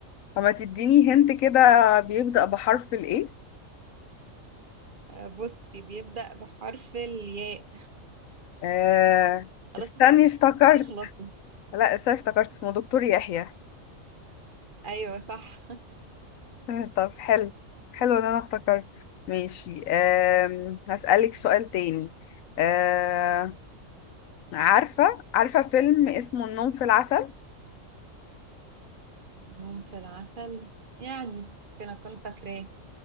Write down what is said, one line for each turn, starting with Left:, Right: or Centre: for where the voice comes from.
Left: فما تديني هنت كده بيبدأ بحرف الايه
Right: آه، بصي بيبدأ بحرف الياء
Left: آه
Right: خلاص
Left: استني افتكرت
Right: يخلصوا
Left: لا استني افتكرت اسمه دكتور يحيى
Right: أيوه صح
Left: <laughs> طب حلو حلو ان انا افتكرت ماشي أم... هسألك سؤال تاني أم... عارفة عارفة فيلم اسمه النوم في العسل
Right: يوم في العسل يعني ممكن أكون فاكراه